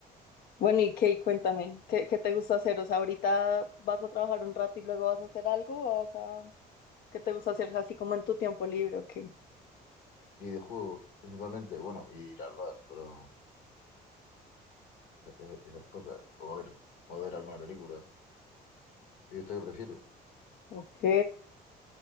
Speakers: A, on the left; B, on the left.
A: Bueno, y Kate, cuéntame, ¿qué, qué te gusta hacer? O sea, ahorita vas a trabajar un rato y luego vas a hacer algo, o vas a... ¿Qué te gusta hacer así como en tu tiempo libre? Ok.
B: Videojuegos, principalmente, bueno, y ir al bar, claro. eh, esas cosas. O a ver, o a ver alguna película. ¿Y usted qué prefiere?
A: Ok.